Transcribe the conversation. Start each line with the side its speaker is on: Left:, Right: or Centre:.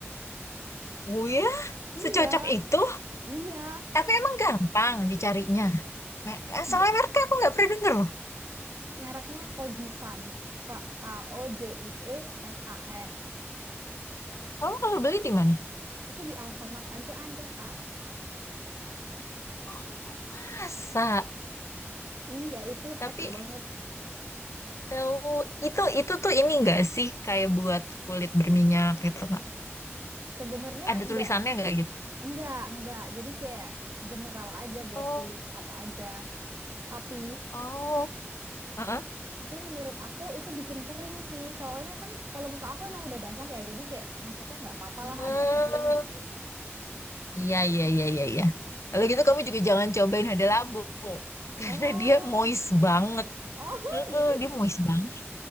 Left: Oh ya,
Right: Iya,
Left: secocok itu.
Right: iya.
Left: Tapi emang gampang dicarinya. Me- eh,
Right: Dia
Left: Soalnya mereka aku nggak pernah denger loh.
Right: mereknya Kojisan. K-O-J-I-E-S-A-N.
Left: Kamu kalau beli di mana?
Right: Itu di Alfamart aja ada, Kak.
Left: Oh, masa?
Right: Iya, itu
Left: Tapi
Right: hack banget.
Left: eh, itu itu tuh ini nggak sih kayak buat kulit berminyak gitu nggak?
Right: Sebenarnya
Left: Ada
Right: enggak,
Left: tulisannya nggak gitu?
Right: enggak, enggak. Jadi kayak general aja buat
Left: Oh,
Right: kulit apa aja. Tapi,
Left: oh, heeh.
Right: tapi menurut aku itu bikin kering sih. Soalnya kan kalau muka aku emang udah basah ya. Jadi kayak maksudnya nggak apa-apa
Left: Hmm.
Right: lah agak kering gitu.
Left: Iya iya iya iya iya. Kalau gitu kamu juga jangan cobain hada labu <laughs> karena
Right: Oh,
Left: dia moist banget.
Right: oh,
Left: Heeh,
Right: <laughs> jadi
Left: dia moist banget,